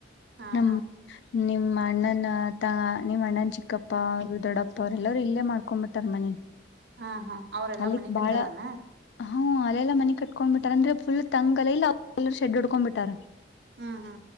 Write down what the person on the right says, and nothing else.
ಹಾ
ಹಾ
ಹಾ ಹಾ ಅವ್ರೆಲ್ಲಾ
ಮನಿ ಕಟ್ಟ್ಯಾರನ
ಹಾ ಹಾ